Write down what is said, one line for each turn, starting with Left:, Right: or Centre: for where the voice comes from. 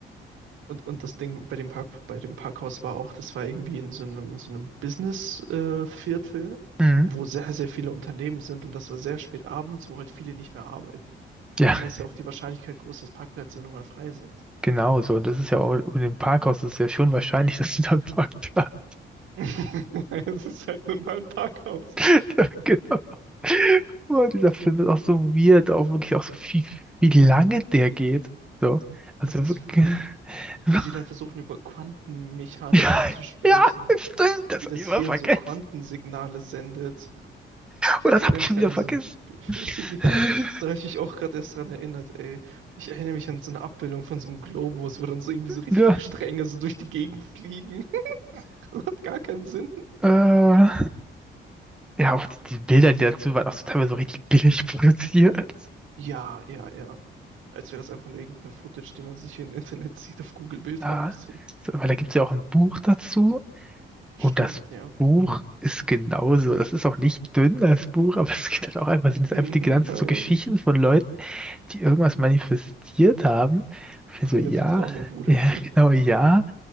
Right: Und, und das Ding bei dem Park, bei dem Parkhaus war auch, das war irgendwie in so einem, in so einem Business-Viertel, äh, Viertel,
Centre: Mhm.
Right: wo sehr, sehr viele Unternehmen sind und das war sehr spät abends, wo halt viele nicht mehr arbeiten.
Centre: Ja,
Right: Da ist ja auch die Wahrscheinlichkeit groß, dass Parkplätze nun mal frei sind.
Centre: genau so. Und das ist ja auch, und im Parkhaus ist es ja schon wahrscheinlich, dass du dann Parkplatz
Right: <laughs> Es ist halt nun mal ein Parkhaus.
Centre: <laughs> Ja, genau. Oh, dieser Film ist auch so weird, auch wirklich auch so viel, wie lange der geht. So. Also
Right: Es ist
Centre: wirklich.
Right: verrückt,
Centre: <laughs>
Right: wie sie dann versuchen, über Quantenmechaniken
Centre: Ja,
Right: zu sprechen,
Centre: ja, stimmt, das
Right: wie
Centre: habe
Right: das
Centre: ich immer
Right: Hirn
Centre: vergessen.
Right: so Quantensignale sendet
Centre: Oh,
Right: Ich
Centre: das
Right: erinnere
Centre: habe ich
Right: mich
Centre: schon
Right: dann
Centre: wieder
Right: an
Centre: vergessen.
Right: so ein. <laughs> Ja,
Centre: <laughs>
Right: da habe ich mich auch gerade erst dran erinnert, ey. Ich erinnere mich an so eine Abbildung von so einem Globus, wo dann so irgendwie so richtig
Centre: Ja,
Right: viele Stränge so durch die Gegend fliegen. <laughs> Das hat gar keinen Sinn.
Centre: äh, ja, auch die, die Bilder, die dazu waren, auch so teilweise so richtig billig produziert.
Right: Ja, ja, ja. Als wäre das einfach nur irgendeine Footage, die man sich im Internet sieht, auf Google Bilder
Centre: Ja,
Right: oder so.
Centre: so, weil da gibt es ja auch ein Buch dazu
Right: Stimmt,
Centre: und das
Right: ja.
Centre: Buch ist genauso. Das ist auch nicht dünn, das Buch, aber es geht halt auch einfach,
Right: <laughs>
Centre: sind es einfach
Right: Nein.
Centre: die ganze Zeit so Geschichten von Leuten. die irgendwas manifestiert haben. Ich bin
Right: Quelle
Centre: so, ja,
Right: Vertrauen, mir, Bruder.
Centre: ja, <laughs> genau, ja,